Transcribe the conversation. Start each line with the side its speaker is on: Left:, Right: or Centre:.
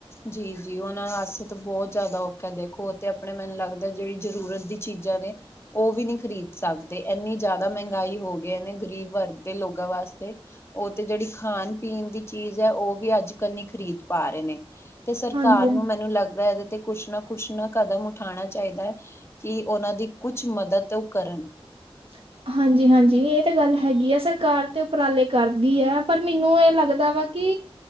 Left: ਜੀ ਜੀ ਉਹਨਾਂ ਵਾਸਤੇ ਤਾਂ ਬਹੁਤ ਜ਼ਿਆਦਾ ਔਖਾ ਦੇਖੋ ਓ ਤੇ ਆਪਣੇ ਮੈਨੂੰ ਲੱਗਦਾ ਜਿਹੜੀ ਜ਼ਰੂਰਤ ਦੀ ਚੀਜ਼ਾਂ ਨੇ ਉਹ ਵੀ ਨਹੀਂ ਖ਼ਰੀਦ ਸਕਦੇ ਐਨੀ ਜ਼ਿਆਦਾ ਮਹਿੰਗਾਈ ਹੋ ਗਈ ਨੇ ਗਰੀਬ ਵਰਗ ਦੇ ਲੋਕਾਂ ਵਾਸਤੇ ਉਹ ਤੇ ਜਿਹੜੀ ਖਾਣ ਪੀਣ ਦੀ ਚੀਜ਼ ਐ ਉਹ ਵੀ ਅੱਜ ਕੱਲ ਨ ਖ਼ਰੀਦ ਪਾ ਰੇ ਨੇ ਤੇ ਸਰਕਾਰ
Right: ਹਾਂਜੀ
Left: ਨੂੰ ਮੈਨੂੰ ਲੱਗਦਾ ਇਹਦੇ ਤੇ ਕੁਛ ਨਾ ਕੁਛ ਨਾ ਕਦਮ ਉਠਾਣਾ ਚਾਹੀਦਾ ਕਿ ਉਹਨਾਂ ਦੀ ਕੁਛ ਮਦਦ ਓ ਕਰਨ
Right: <inaudible> ਹਾਂਜੀ ਹਾਂਜੀ, ਇਹ ਤਾਂ ਗੱਲ ਹੈਗੀ ਆ ਸਰਕਾਰ ਤੇ ਉਪਰਾਲੇ ਕਰਦੀ ਐ ਪਰ ਮੈਨੂੰ ਇਹ ਲੱਗਦਾ ਵਾ ਕਿ